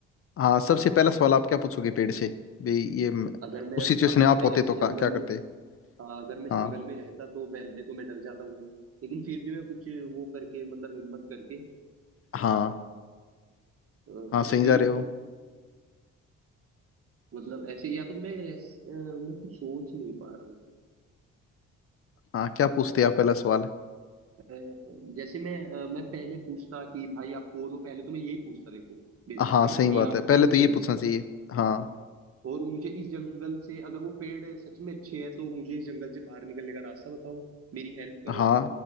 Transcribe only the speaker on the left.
हाँ सबसे पहला सवाल आप क्या पूछोगे पेड़ से भाई ये म-
उस सिचुएशन
में आप
होते
तो का-
क्या करते
हाँ
हाँ
हाँ
सही जा
रहे हो
हाँ क्या पूछते आप पहला सवाल
हाँ सही
बात
है पहले
तो
ये पूछना चाहिए हाँ
हाँ